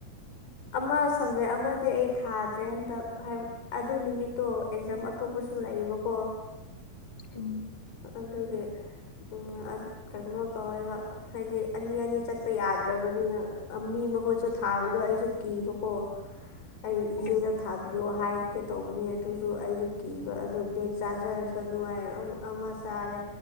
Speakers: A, on the left; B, on the left.
A: ꯑꯃ ꯁꯕꯖꯦꯛ ꯑꯃꯗꯤ ꯑꯩ ꯊꯥꯗ꯭ꯔꯦ ꯍꯟꯗꯛ ꯍꯥꯏꯕ ꯑꯗꯨ ꯅꯨꯃꯤꯠꯇꯣ ꯑꯦꯛꯖꯥꯝ ꯑꯇꯣꯞꯄꯁꯨ ꯂꯩꯌꯦꯕꯀꯣ
B: ꯎꯝ
A: ꯑꯗꯨꯒꯤ ꯎꯝ ꯑ ꯀꯩꯅꯣ ꯇꯧꯋꯦꯕ ꯍꯥꯏꯗꯤ ꯑꯅꯤ ꯑꯅꯤ ꯆꯠꯄ ꯌꯥꯗ꯭ꯔꯕꯅꯤꯅ ꯃꯤ ꯃꯍꯨꯠ ꯆꯠ ꯊꯥꯕꯗꯣ
B: ꯑꯣ
A: ꯑꯩꯁꯨ ꯀꯤꯕꯀꯣ ꯑꯩ ꯏꯆꯦꯗ
B: ꯑꯣ
A: ꯊꯥꯕꯤꯌꯣ ꯍꯥꯏꯒꯦ ꯇꯧꯕꯅꯦ ꯑꯗꯨꯖꯨ ꯑꯩꯗꯣ ꯀꯤꯕ ꯑꯗꯨ ꯕꯦꯛ ꯆꯥꯖꯔꯁꯅꯨ <unintelligible> ꯑꯃ ꯆꯥꯔꯦ